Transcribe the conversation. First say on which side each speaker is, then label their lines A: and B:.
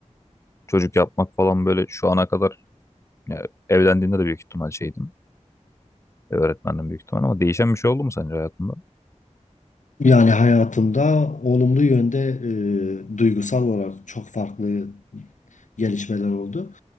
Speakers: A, on the left; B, on the left.
A: Çocuk yapmak falan böyle şu ana kadar ya, evlendiğinde de büyük ihtimal şeydim. öğretmenden büyük ihtimal ama değişen bir şey oldu mu sence hayatında?
B: Yani hayatımda olumlu yönde e, duygusal olarak çok farklı gelişmeler oldu.